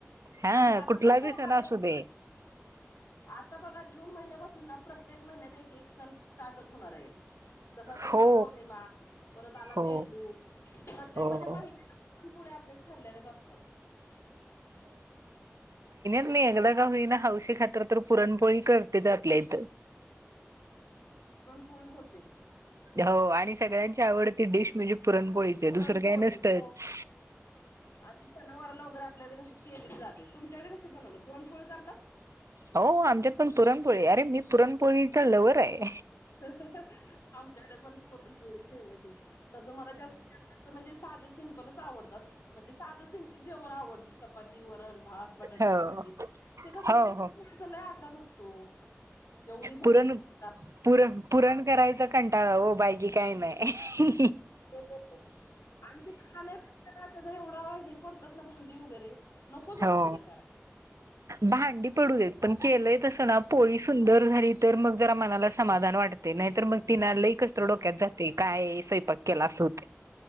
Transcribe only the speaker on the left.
आणि आता
कस
होणार
आहे,
आता बघा जून महिन्यापासून सुना प्रत्येक महिन्यात एक एक सण स्टार्टच होणार आहे. जस आता
वड पौर्णिमा परत आला
बेंदू प्रत्येक
म्हणजे महिना आप ठरलेलेच असतात.
पुळी होतेच.
पुरणपोळी
हो आधी सनावराला वगैरे आपल्याकडे कशी, केली जाते तुमच्याकडे कशी बनवत पुरणपोळी करतात?
आमच्याकडे पण पुरणपोळी फेमस आहे तस मला जास्तीत म्हणजे साधं, जेवण आवडत म्हणजे साधं सिम्पल जेवण आवडत म्हणजे चपाती, वरण, भात, बटाट्याजी
भाजी, तस
पूला
आठच असतो एवढी भांडी
पाहतात.
हो, हो, हो. आणि ते खाण्या त्याच एवढं हे पडतात ना भांडी वगैरे नकोच वाटतं
ते करायला.
एक